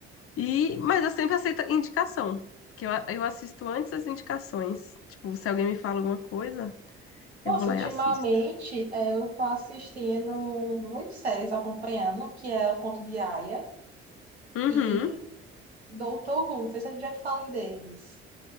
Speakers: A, on the left (about 45°); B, on the right (about 85°).
A: E, mas eu sempre aceito indicação, que eu, eu assisto antes as indicações. Tipo, se alguém me fala alguma coisa, eu
B: Nossa,
A: vou lá
B: ultimamente
A: e assisto.
B: é, eu tô assistindo muitas séries acompanhando, que é O Conto de Aia
A: Uhum,
B: e Doutor Who. Não sei se eu já te falei deles.